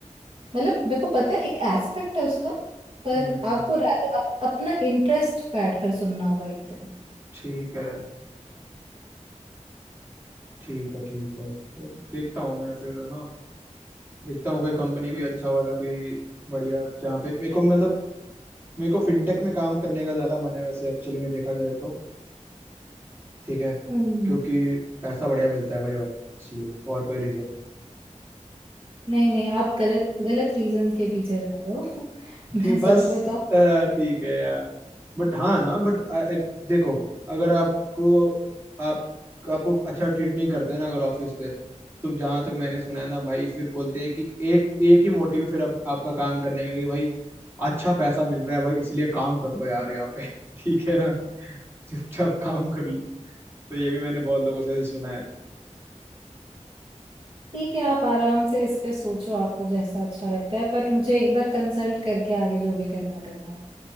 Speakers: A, on the right; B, on the right.
A: मतलब मेरे को पता है एक एस्पेक्ट है उसका पर
B: हम्म
A: आपको rather अप, अपना इंटरेस्ट बैठ कर सुनना होगा एक दिन
B: ठीक है ठीक है ठीक है तो देखता हूँ मैं फिर है ना देखता हूँ कोई कंपनी कोई अच्छा वाला कोई बढ़िया जहाँ पे मेरे को मतलब मेरे को फिनटेक में काम करने का ज्यादा मन है वैसे एक्चुअली में देखा जाए तो ठीक है
A: हम्म
B: क्योंकि पैसा बढ़िया मिलता है भाई वहाँ पे इसलिए और कोई रीजन नहीं
A: नहीं नहीं आप गलत गलत रीजन के पीछे जा रहे हो <laughs>
B: ठीक
A: मैं
B: बस
A: सच बताऊं
B: अ, ठीक है यार बट हाँ ना बट देखो अगर आपको आप आपको अच्छा ट्रीट नहीं करते ना अगर ऑफिस पे तो जहां तक मैंने सुना है ना भाई फिर बोलते हैं कि एक एक ही मोटिव है फिर अब आपका काम करने का कि भाई अच्छा पैसा मिल रहा है भाई इसलिए काम कर लो यार यहाँ पे <laughs> ठीक है ना चुपचाप काम कर लो तो ये भी मैंने बहुत लोगों से ऐसे सुना है
A: ठीक है आप आराम से इस पे सोचो आपको जैसा अच्छा लगता है पर मुझे एक बार कंसल्ट करके आगे जो भी करना करना